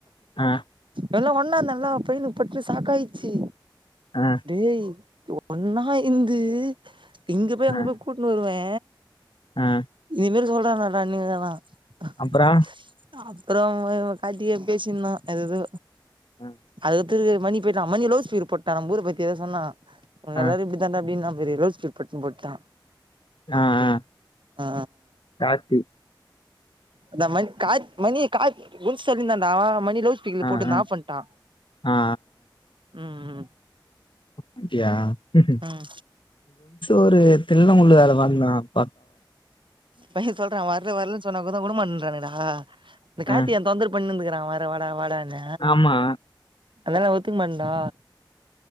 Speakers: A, on the left; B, on the right.
A: ஆ,
B: எல்லா ஒன்னா நல்லா போய்ல போட்னு சாக்காயிர்ச்சி
A: ஆ
B: ஏய் ஒன்னா இந்து இங்க போய் அங்க
A: ஆ,
B: போய் கூட்னு வருவே
A: ஆ
B: இதுமேரி சொல்றானாடா <unintelligible>
A: அப்புறம்
B: அப்றோ காட்டி பேசின்னா எதெதோ
A: ஆ,
B: அது க்கு மணி போய்ட்டா மணி <unintelligible> போட்டா நம்பூர பத்தி எதோ சொன்னா உங்க
A: ஆ,
B: எல்லாரையு இப்டி <unintelligible> போட்டா
A: ஆ ஆ
B: ஆ
A: கார்த்தி
B: அதா மண் கா மணி கா <unintelligible> சொல்லின்ந்தான்டா மணி <unintelligible>
A: ஆ,
B: <unintelligible>
A: ஆ,
B: னாஃப் பண்ட்டா
A: ஆ, ஆ,
B: ம் ம்
A: அப்பிடியா <unintelligible>
B: ம்
A: ஒரு தில்லுமுல்லு வேல <unintelligible>
B: பையே சொல்றா வர்ல வர்ல பண்ணாக்கூடோ கூடோ மந்துரானுங்டா இந்த கார்த்தி
A: ஆ,
B: ஏ தொந்தர் பண்ணிந்துக்றா வேற வாடா வாடா ன
A: ஆமா
B: அல்லா நா ஒத்துக்கமான்டா